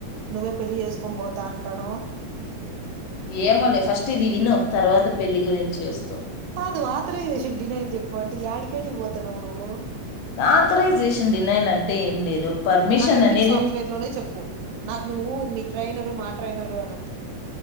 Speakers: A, on the right (about 80°); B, on the left (about 75°).
A: నువ్వే పెళ్లిి చేసుకొనిపోతా అంటాను
B: ఏమోలే ఫస్ట్ ఇది విను తర్వాత పెళ్లిి గురించి చేస్తావ్
A: సాదు ఆత్ర చేసిండి నం చెప్పు అంటే యడ్కి యడ్కి పోతా తనవు నువ్వు
B: ఆథరైజేషన్ డినైల్ అంటే ఏం లేదు పర్మిషన్
A: నాకు ఎపిక్
B: అనేది
A: సాఫ్ట్వేర్ లోనే చెప్పు నాకు నువ్వు మీ ట్రైనరు మా ట్రైనరు అన్నంత మ